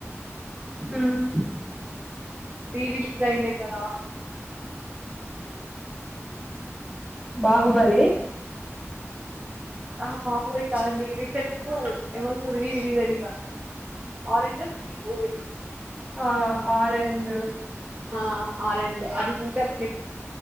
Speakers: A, in the centre; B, on the right.
A: మ్మ్
B: రీరిలీజ్ జైంది కదా
A: బాహుబలి
B: అహ బాహుబలి కాదండి రీసెంట్ కు ఎవరిదొ రీ రిలీజ్ అయింది కా ఆరంజ్ త్రీ మూవీనా
A: ఆ ఆరెంజ్
B: ఆ ఆరెంజ్ అది చూసానండి